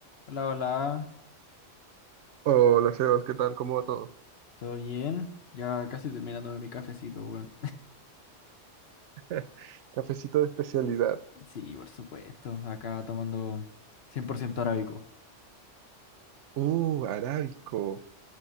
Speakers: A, on the left; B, on the right.
A: Hola, hola,
B: Hola, Sebas, ¿qué tal? ¿Cómo va todo?
A: ¿todo bien? Ya casi terminándome mi cafecito, weón.
B: <laughs> Cafecito de especialidad.
A: <laughs> Sí, por supuesto, acá tomando 100% arábico.
B: Uh, arábico.